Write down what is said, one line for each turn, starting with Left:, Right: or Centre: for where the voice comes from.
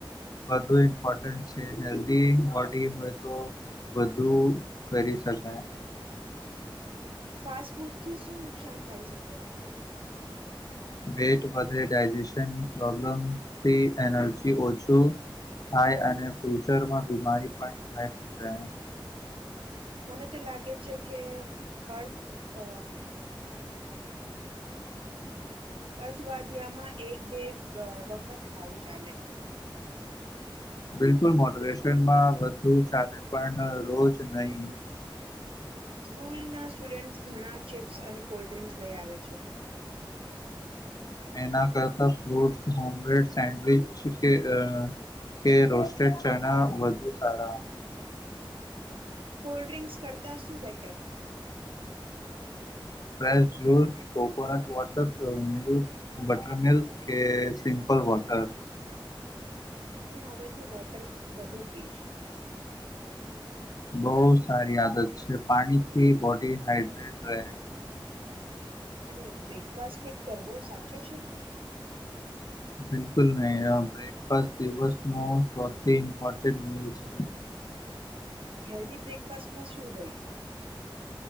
Left: વધુ ઇમ્પોર્ટન્ટ છે, હેલ્ધી બોડી હોય, તો બધુ, કરી શકાય.
Right: ફાસ્ટ, ફૂડ થી શું નુકસાન થાય શકે.
Left: વેટ વધારે ડાયજેશનની, પ્રોબ્લેમથી એનર્જી ઓછું. થાય અને ફ્યુચરમા, બીમારી પણ થાય શકે.
Right: મને તો લાગે છે, કે અર્થ અ અર્થવાદ્યામા, એક બે વખત ખાવું ચાલે
Left: બિલકુલ, મોટરેશનમા વધુ ચાલે પણ રોજ નહી.
Right: સ્કૂલના, સ્ટુડન્ટ્સ ઘણા ચિપ્સ અને કોલ્ડ ડ્રિંક્સ લઈ આવે છે.
Left: એના કરતા ફ્રૂટ્સ, હોમમેડ સેન્ડવિચ કે. કે રોસ્ટેડ, ચણા વધુ સારા
Right: કોલ્ડ્રિંક્સ કરતા શું, better
Left: fresh, juice coconut water milk, butter milk કે સિમપ બ બોટ્ટલ
Right: હુ હવેથી, વોટર વધુ પીશ
Left: બહુ સારી આદત છે, પાણીથી બોડી હાઈડ્રેટ રહે.
Right: અને, બ્રેકફાસ્ટ કે કરવો સાચો છે.
Left: બિલકુલ નહી. આ બ્રેકફાસ્ટ દિવસનો સૌથી ઇમ્પોર્ટન્ટ મિલ છે.
Right: હેલ્ધી, બ્રેકફાસ્ટમાં શું હોય.